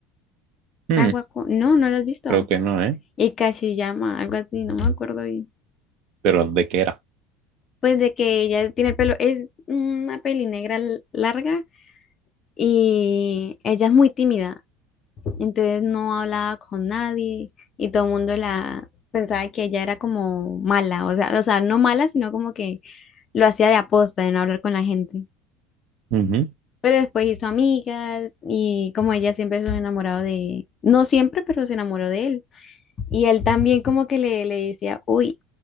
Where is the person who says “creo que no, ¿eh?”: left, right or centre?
Right